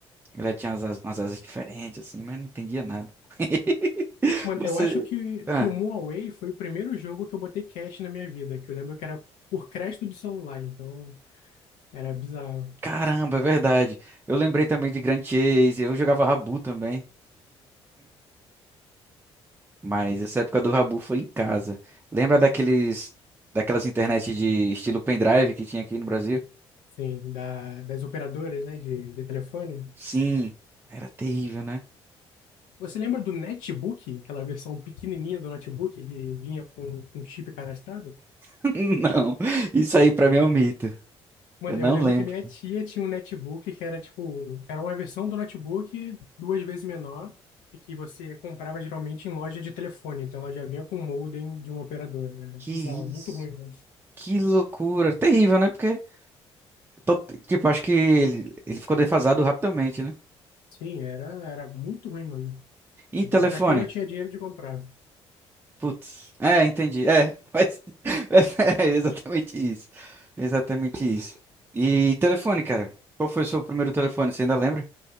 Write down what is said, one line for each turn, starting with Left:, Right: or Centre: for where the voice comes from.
Right: Ela tinha umas, as- umas asas diferentes, assim, mas não entendia nada. <laughs>
Left: Mano,
Right: Você.
Left: eu acho que,
Right: Ah,
Left: que o Mu Away foi o primeiro jogo que eu botei cash na minha vida, que eu lembro que era por crédito de celular, então era bizarro.
Right: caramba, é verdade. Eu lembrei também de Grand Chase. Eu jogava Rabu também. Mas essa época do Rabu foi em casa. Lembra daqueles. Daquelas internet de estilo pendrive que tinha aqui no Brasil?
Left: Sim, da, das operadoras, né, de, de telefone.
Right: Sim, era terrível, né?
Left: Você lembra do Netbook, aquela versão pequenininha do notebook que vinha com um chip cadastrado?
Right: <laughs> Não, isso aí pra mim é um mito.
Left: Mano,
Right: Eu não
Left: eu lembro
Right: lembro.
Left: que minha tia tinha um netbook que era tipo, era uma versão do notebook duas vezes menor e que você comprava geralmente em loja de telefone, então ela já vinha com o modem de uma operadora. Era
Right: Que
Left: bizarro,
Right: isso?
Left: muito ruim, mano.
Right: Que loucura. Terrível, né? Porque, to- tipo, acho que ele, ele ficou defasado rapidamente, né?
Left: Sim, era, era muito ruim, mano.
Right: E telefone?
Left: Era pra quem não tinha dinheiro de comprar.
Right: Putz. É, entendi. É, mas <laughs> é exatamente isso. Exatamente isso. E telefone, cara? Qual foi o seu primeiro telefone? Você ainda lembra?